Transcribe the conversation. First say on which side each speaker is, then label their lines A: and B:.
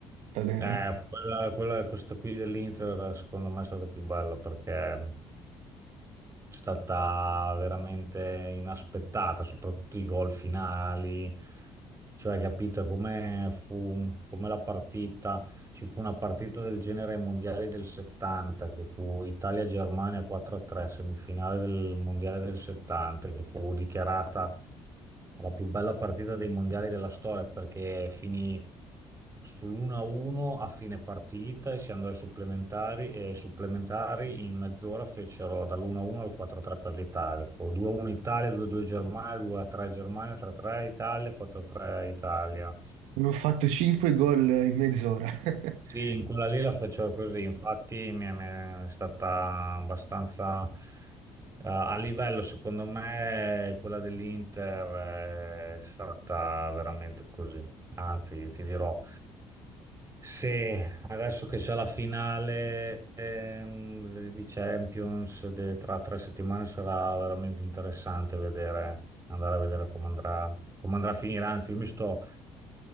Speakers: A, on the right; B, on the right.
A: Tra le-
B: Eh, quella, quella- questa qui dell'Inter secondo me è stata più bella perché è stata veramente inaspettata, soprattutto i gol finali, cioè capito come fu, come la partita. Ci fu una partita del genere ai mondiali del 70, che fu Italia-Germania 4-3, semifinale del mondiale del 70, che fu dichiarata la più bella partita dei mondiali della storia, perché finì sull'1-1 a uno a fine partita e si andò ai supplementari e ai supplementari in mezz'ora fecero dall'1-1 al 4-3 per l'Italia. Fu 2-1 Italia, 2-2 Germania, 2-3 Germania, 3-3 Italia, 4-3 Italia.
A: Hanno fatto 5 gol in mezz'ora. <laughs>
B: Sì, in quella lì la facevo così, infatti mi mi è stata abbastanza eh, a livello, secondo me, quella dell'Inter è stata veramente così. Anzi, ti dirò, se adesso che c'è la finale ehm, di Champions de- tra tre settimane sarà veramente interessante vedere, andare a vedere come andrà, come andrà a finire. Anzi, io mi sto